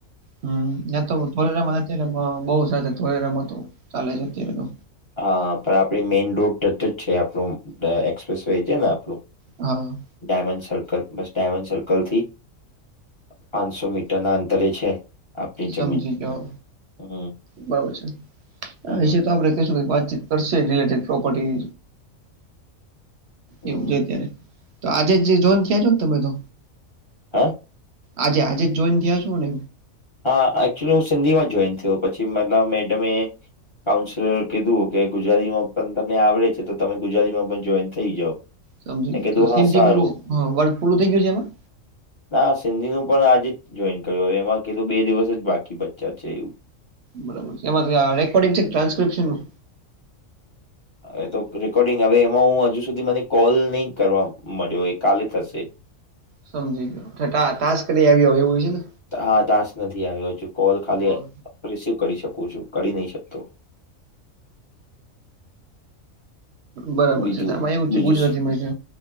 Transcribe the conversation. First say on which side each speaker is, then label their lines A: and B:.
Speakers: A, on the right; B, on the left.
A: હમ્મ ન્યા તો ધોલેરામાં અત્યારે બઉ ચાલે ધોલેરામાં તો ચાલે છે અત્યારે તો
B: હા પણ આપણી મેઈન રોડ ટચ જ છે આપણું એક્સપ્રેસ વે છે ને આપણું
A: હા
B: ડાયમંડ સર્કલ બસ ડાયમંડ સર્કલ થી પાંચસો મીટર ના અંતરે છે આપણી જમીન
A: સમજી ગયો.
B: હમ
A: બરોબર છે
B: હમ
A: આ વિશે તો આપણે કશું વાતચીત કરશે રિલેટેડ પ્રોપર્ટી
B: હમ
A: એવું છે ત્યારે તો આજે જોઈન થયા છો ને તમે તો
B: હા
A: આજે આજે જ જોઈન થયા છો ને
B: હા એકચયુલી હું સિંધી માં જોઈન થયો પછી મેડમે કાઉન્સેલર કીધું કે ગુજરાતીમાં પણ તમને આવડે છે તો તમે ગુજરાતીમાં પણ જોઈન થઈ જાવ
A: સમજી
B: મેં
A: ગય
B: કીધું
A: તો
B: હા
A: સિંધી
B: સારું
A: નું વર્ગ પૂરું થઈ ગયું છે એમાં
B: ના સિંધી નું પણ આજે જ જોઈન કર્યું હવે એમાં કિધુ બે દિવસ જ બાકી બચ્યા છે એવું
A: બરાબર છે એમાં રેકોર્ડિંગ છે કે ટ્રાન્સ્ક્રિપ્શનનું
B: હ તો રેકોર્ડિંગ હવે એમાં હું હજુ સુધી મને કોલ નહી કરવા મળ્યો એ કાલે થશે
A: સમજી ગયો હા ટાસ્ક નહી આવ્યો હોય છે ને
B: હા ટાસ્ક નથી આવ્યો હજુ કોલ ખાલી
A: હા.
B: રિસીવ કરી શકું છું કરી નહી શકતો.
A: બરાબર
B: બીજું
A: છે આમાં એવું છે
B: બીજું
A: ગુજરાતીમાં છે.